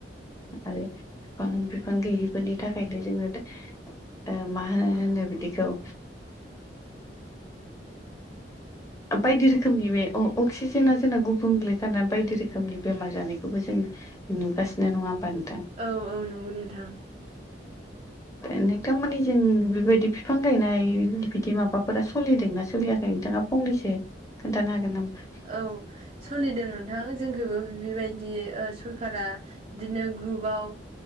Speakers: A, on the left; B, on the right.
A: आरो बिफां बिफां गैयिफोरनि थाखायनो जोङो मा होन होनो बिदिखौ बायदि रोखोमनि बे अक्सिजेना जोंना गुबुंलले जा बायदि रोखोमनि बेमार जानायखौबो जों नुगासिनो नङा होनोमबा नोंथां
B: औ औ नंगौ नोंथां
A: औ <inaudible> नोंथांमोननि जों बेबायदि बिफां गायनाय बिदि माबाफोरा सोलिदोंना सोलियाखै नोंथाङा फंनैसो खोन्थानो हागोन नामा
B: औ सलिदों नोंथां जोंखौबो बेबायदि सरखारा बिदिनो ग्रुपाव